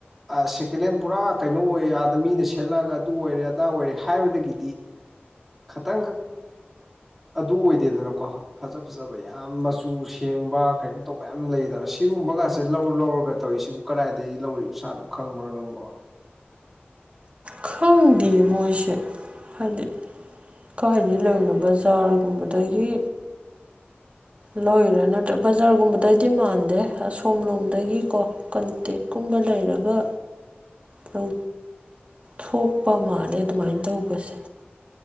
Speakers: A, in the centre; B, on the right (about 35°).
A: ꯑꯥ ꯁꯦꯀꯦꯟ ꯍꯦꯟ ꯄꯨꯔꯥ ꯀꯩꯅꯣ ꯑꯣꯏ ꯑꯗ ꯃꯤꯅ ꯁꯦꯠꯂꯛꯑꯒ ꯑꯗꯨ ꯑꯣꯏꯔꯦ ꯑꯗꯥ ꯑꯣꯏꯔꯦ ꯍꯥꯏꯕꯗꯒꯤꯗꯤ ꯈꯇꯪꯈꯛ ꯑꯗꯨ ꯑꯣꯏꯗꯦꯗꯅꯀꯣ ꯐꯖ ꯐꯖꯕ ꯌꯥꯝ ꯃꯆꯨ ꯁꯦꯡꯕ ꯀꯔꯤꯒꯨꯝ ꯇꯧꯕ ꯌꯥꯝꯌꯥꯝ ꯂꯩꯗꯅ ꯁꯤꯒꯨꯝꯕꯒꯁꯦ ꯂꯧꯔ ꯂꯧꯔꯒ ꯇꯧꯏ ꯁꯤꯕꯨ ꯀꯗꯥꯏꯗꯒꯤ ꯂꯧꯔꯤꯕ ꯁꯥꯥꯅꯣ ꯈꯪꯕ꯭ꯔꯣ ꯅꯪꯕꯣ
B: ꯈꯪꯗꯤꯌꯦ ꯃꯣꯏꯁꯦ ꯍꯥꯢꯗꯤ ꯀ꯭ꯋꯥꯏꯗꯒꯤ ꯂꯩꯣꯏꯅꯣ ꯕꯖꯥꯔꯒꯨꯝꯕꯗꯒꯤ
A: <inaudible>
B: ꯂꯣꯏꯔꯦ ꯅꯠꯇ꯭ꯔ ꯕꯖꯥꯔꯒꯨꯝꯕꯗꯩꯗꯤ ꯃꯥꯟꯗꯦ ꯑꯁꯣꯝ ꯂꯣꯝꯗꯒꯤꯀꯣ ꯀꯟꯇꯦꯛꯀꯨꯝꯕ ꯂꯩꯔꯒ ꯂꯧ ꯊꯣꯛꯄ ꯃꯥꯜꯂꯦ ꯑꯗꯨꯃꯥꯏꯅ ꯇꯧꯕꯁꯦ